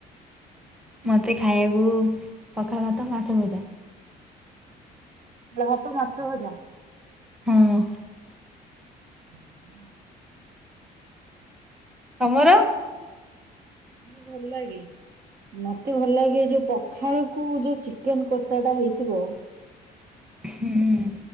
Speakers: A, in the centre; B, on the right (about 60°).
A: ମତେ ଖାଇବାକୁ ପଖାଳ ଭାତ, ମାଛ ଭଜା।
B: ପଖାଳ ଭାତ, ମାଛ ଭଜା।
A: ହଁ।
B: <inaudible>
A: ତମର।
B: ଭଲ ଲାଗେ। ମତେ ଭଲ ଲାଗେ ଏ ଯୋଉ ପଖାଳକୁ ଯୋଉ ଚିକେନ କଷା ଟା ହେଇଥିବ।
A: ହୁଁ।